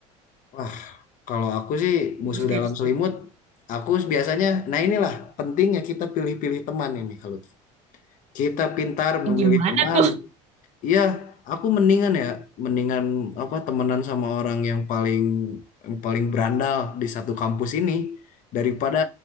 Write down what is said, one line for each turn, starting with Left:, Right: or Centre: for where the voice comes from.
Left: wah, kalau aku sih musuh
Right: Untuk skripsi.
Left: dalam selimut, aku biasanya, nah inilah pentingnya kita pilih-pilih teman ini kalau Kita pintar memilih
Right: Gimana
Left: teman.
Right: tuh?
Left: Iya, aku mendingan ya, mendingan apa temenan sama orang yang paling yang paling berandal di satu kampus ini daripada